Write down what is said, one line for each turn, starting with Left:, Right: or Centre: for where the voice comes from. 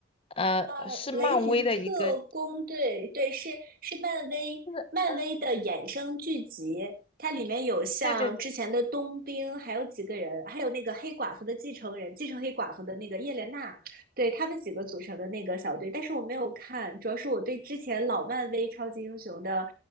Left: 呃，
Right: 呃雷霆特工队》，
Left: 是漫威的一个，就
Right: 对，是是漫威漫威的衍生剧集，
Left: 是
Right: 它里面有像之前的冬兵，
Left: 对对对，
Right: 还有几个人，还有那个黑寡妇的继承人，继承黑寡妇的那个叶莲娜，对，他们几个组成的那个小队，但是我没有看，主要是我对之前老漫威超级英雄的。